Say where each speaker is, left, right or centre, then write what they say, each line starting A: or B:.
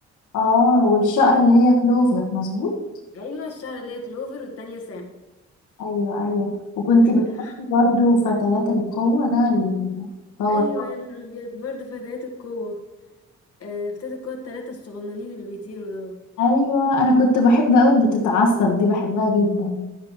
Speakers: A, on the left (about 75°); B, on the left (about 50°).
A: اه والشقرة اللي هي كلوفر مظبوط
B: ايوه الشعر اللي هي كلوفر والتانية سام
A: ايوه ايوه وكنت
B: ايوه
A: بتحبي برضو فتيات القوة ده الباور
B: <laughs> ايوه يا نهار ابيض برضه فتيات القوة آه، فتيات القوة التلاتة الصغننين اللي بيطيروا دول
A: ايوه انا كنت بحب اوي اللي بتتعصب دي بحبها جدا